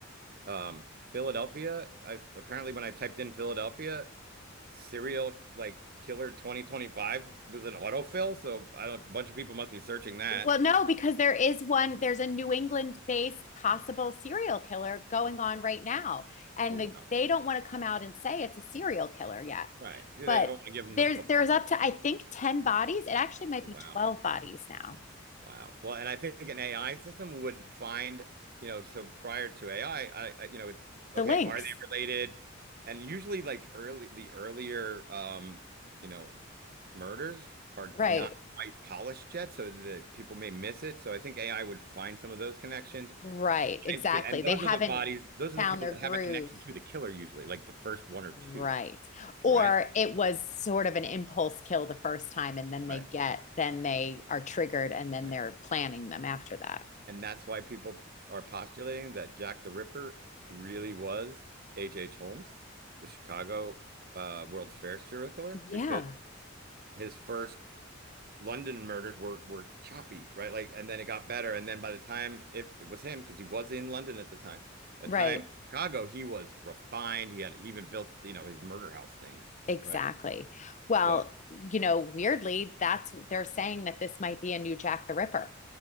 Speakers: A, on the right (about 50°); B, on the left (about 35°).
A: Um, Philadelphia. I apparently when I typed in Philadelphia, serial like killer 2025 was an autofill. So I don't. A bunch of people must be searching that.
B: Well, no, because there is one, there's a New England based possible serial killer going on right now. And
A: Oh wow.
B: the, they don't want to come out and say it's a serial killer yet.
A: Right. Yeah,
B: But
A: they don't want to give them
B: there's
A: the publicity.
B: there's up to I think 10 bodies. It actually might
A: Oh,
B: be
A: Wow.
B: 12 bodies now.
A: Wow. Well, and I think an AI system would find, you know, so prior to AI, I I, I you know, it's okay,
B: The links.
A: are they related? And usually like early the earlier um, you know, murders are
B: Right.
A: not quite polished yet, so that people may miss it. So I think AI would find some of those connections.
B: Right. Exactly.
A: And, and
B: They
A: those
B: haven't
A: are the bodies, those
B: found
A: are the people
B: their
A: that
B: groove
A: have a connection to the killer usually, like the first one or two,
B: Right.
A: right?
B: Or it was sort of an impulse kill the first time and then
A: Right.
B: they get then they are triggered and then
A: Right.
B: they're planning them after that.
A: And that's why people are postulating that Jack the Ripper really was H.H. Holmes, the Chicago uh, World's Fair serial killer,
B: Yeah.
A: because his first London murders were were choppy, right? Like, and then it got better. And then by the time, if it was him, because he was in London at the time, by
B: Right.
A: the time Chicago, he was refined. He had he even built, you know, his murder house thing,
B: Exactly.
A: right?
B: Well,
A: So,
B: you know, weirdly, that's they're saying that this might be a new Jack the Ripper.